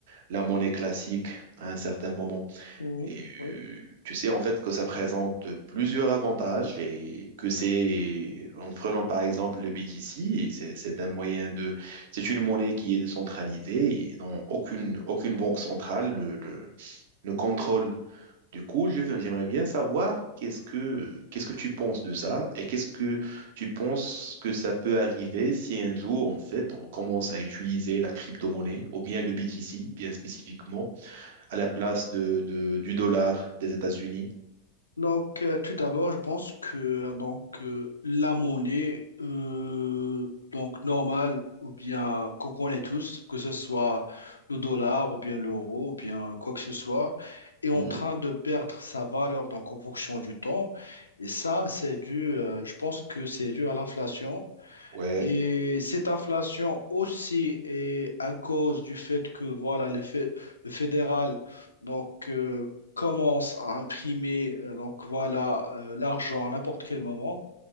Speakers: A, on the right; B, on the left.
A: la monnaie classique à un certain moment.
B: Oui,
A: Et
B: oui.
A: euh, tu sais en fait que ça présente plusieurs avantages et que c'est, en prenant par exemple le BTC, et c'est c'est un moyen de, c'est une monnaie qui est décentralisée et dont aucune, aucune banque centrale ne, ne- ne contrôle. Du coup, je veux- j'aimerais bien savoir qu'est-ce que, qu'est-ce que tu penses de ça et qu'est-ce que tu penses que ça peut arriver si un jour, en fait, on commence à utiliser la crypto-monnaie ou bien le BTC, bien spécifiquement, à la place de, de- du dollar des États-Unis.
B: Donc, euh, tout d'abord, je pense que euh, donc euh, la monnaie, euh, donc normale ou bien qu'on connaît tous, que ce soit le dollar ou bien l'euro ou bien quoi que ce soit, est en
A: Mhm.
B: train de perdre sa valeur donc en fonction du temps. Et ça, c'est dû, euh, je pense que c'est dû à l'inflation
A: Ouais.
B: Et cette inflation aussi est à cause du fait que voilà, les fé- le fédéral donc, euh, commence à imprimer euh, donc, voilà, euh, l'argent à n'importe quel moment.